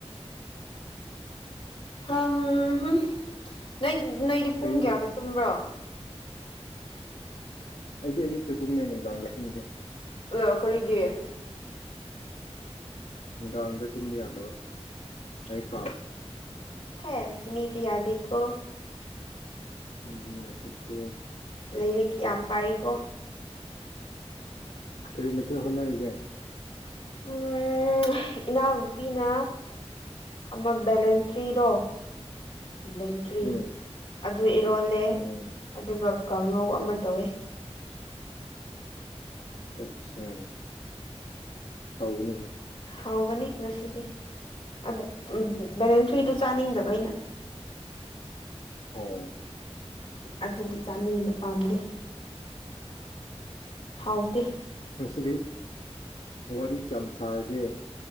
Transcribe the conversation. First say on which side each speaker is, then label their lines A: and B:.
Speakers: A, on the left; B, on the left.
A: ꯍꯝ ꯍꯨꯝ ꯅꯣꯏ ꯅꯣꯏꯗꯤ ꯄꯨꯡ
B: ꯀꯔꯤ
A: ꯀꯌꯥꯗ ꯇꯨꯝꯕ꯭ꯔꯣ
B: ꯑꯩꯗꯤ ꯑꯌꯨꯛꯇ ꯇꯨꯝꯃꯦ ꯅꯨꯡꯗꯥꯡꯗ ꯇꯨꯝꯗꯦ
A: ꯂ ꯀꯔꯤꯒꯤ
B: ꯅꯨꯡꯗꯥꯡꯗ ꯇꯨꯝꯕ ꯌꯥꯗꯕ ꯂꯥꯏꯔꯤꯛ ꯄꯥꯕ
A: ꯍꯦꯁ ꯃꯤꯗꯤ ꯌꯥꯗꯦꯀꯣ
B: ꯃꯤꯗꯤ ꯌꯥꯗꯦꯀꯣ
A: ꯂꯥꯏꯔꯤꯛ ꯌꯥꯝ ꯄꯥꯏꯀꯣ
B: ꯀꯔꯤ ꯃꯊꯦꯜ ꯍꯣꯠꯅꯔꯤꯒꯦ
A: ꯎꯝ ꯏꯅꯥꯎꯅꯨꯄꯤꯅ ꯑꯃ ꯕꯦꯂꯦꯟꯇ꯭ꯔꯤꯗꯣ ꯂꯦꯟꯇ꯭ꯔꯤ
B: ꯎꯝ
A: ꯑꯗꯨ ꯏꯔꯣꯜꯂꯦ
B: ꯎꯝ
A: ꯑꯗꯨꯒ ꯀꯥꯡꯉꯧ ꯑꯃ ꯇꯧꯋꯦ
B: ꯑꯠꯆꯥ ꯍꯥꯎꯕꯅꯤꯍꯦ
A: ꯍꯥꯎꯒꯅꯤ ꯉꯁꯤꯗꯤ ꯑꯗꯣ ꯎꯝ ꯕꯦꯂꯦꯟꯇ꯭ꯔꯤ ꯇ꯭ꯔꯤꯗꯣ ꯆꯥꯅꯤꯡꯗꯕ ꯑꯩꯅ
B: ꯑꯧ
A: ꯑꯗꯨꯗꯤ ꯆꯥꯅꯤꯡꯗꯦ ꯄꯥꯝꯗꯦ ꯍꯥꯎ ꯇꯦ
B: ꯉꯁꯤꯗꯤ ꯋꯥꯔꯤ ꯀꯌꯥꯝ ꯁꯥꯔꯒꯦ